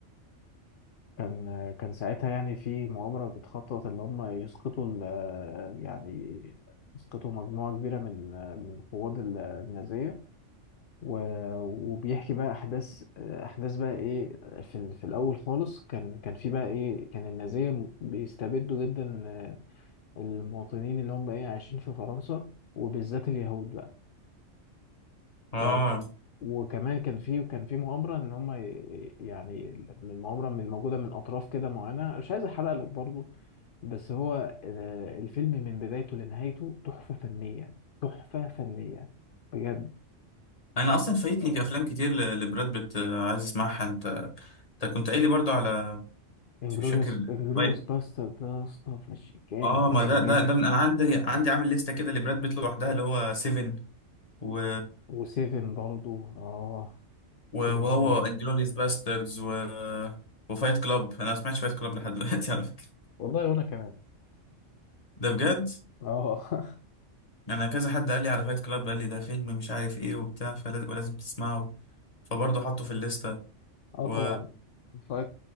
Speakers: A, on the left (about 55°); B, on the left (about 30°).
A: كان آه، كان ساعتها يعني في مؤامرة بتخطط اللي هم يسقطوا ال- آه، يعني يسقطوا مجموعة كبيرة من آه، من القوات ال- النازية و- وبيحكي بقى احداث احداث بقى ايه في ال- في الاول خالص كان كان في بقى ايه كان النازيه م- بيستبدوا جدا آه، المواطنين اللي هم ايه عايشين في فرنسا وبالذات اليهود بقى
B: اه
A: فك وكمان كان في كان في مؤامره ان هم ي- يعني من مؤامره من موجوده من اطراف كده معينه مش عايز احرق لك برضو بس هو آه، الفيلم من بدايته لنهايته تحفه فنيه تحفه فنيه بجد
B: انا اصلا فايتني افلام كتير ل- لبراد بيت آه، عايز اسمعها انت انت كنت قايل لي برضو على
A: انجلوريوس
B: مش فاكر
A: انجلوريوس
B: طيب
A: باستر ده يا اسطى فش- جامد
B: اه
A: يا
B: ما
A: اسطى
B: ده
A: جامد
B: ده ده من انا عندي عندي عامل لستة كده لبراد بيت لوحدها اللي هو سيفن و...
A: وسيفن برضو اه
B: و-
A: سيفن
B: وهو
A: ده جميل
B: انجلوريس باستردز و... وفايت كلاب انا ما سمعتش فايت كلاب لحد دلوقتي على فكرة
A: والله وانا كمان
B: ده بجد
A: اه <laughs>
B: انا كذا حد قال لي على فايت كلاب قال لي ده فيلم مش عارف ايه وبتاع فلازم ولازم تسمعه فبرضه حطه في الليستة
A: اه
B: و
A: طبعا فايت